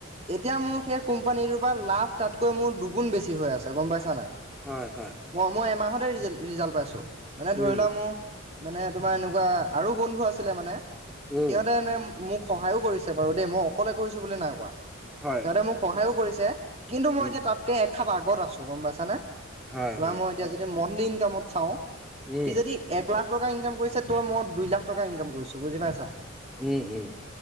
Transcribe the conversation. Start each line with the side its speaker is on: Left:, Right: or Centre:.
Right: এতিয়া মোৰ সেই কোম্পানীটোৰ পৰা লাভ তাতকৈ মোৰ দুগুণ বেছি হৈ আছে, গ'ম পাইছা নে নাই!
Centre: হয়, হয়।
Right: মই মই এমাহতে ৰিজ-ৰিজাল্ট পাইছোঁ, মানে ধৰি
Centre: উম,
Right: লোৱা মোৰ মানে তোমাৰ এনেকুৱা আৰু বন্ধু আছিলে মানে,
Centre: উম,
Right: সিহঁতে এনে মোক সহায়ো কৰিছে বাৰু দেই, মই অকলে কৰিছোঁ বুলি নাই কোৱা।
Centre: হয়।
Right: সিহঁতে মোক সহায়ো কৰিছে কিন্তু, মই
Centre: উম,
Right: এতিয়া তাতকে এক খাপ আগত আছো গ'ম পাইছানে!
Centre: হয়,
Right: তোমাৰ
Centre: হয়,
Right: মই এতিয়া যদি মন্থলি ইনকামত চাওঁ,
Centre: উম,
Right: সি যদি এক লাখ টকা ইনকাম কৰিছে, ত' মই দুই লাখ টকা ইনকাম কৰিছোঁ, বুজি পাইছা?
Centre: উম, উম।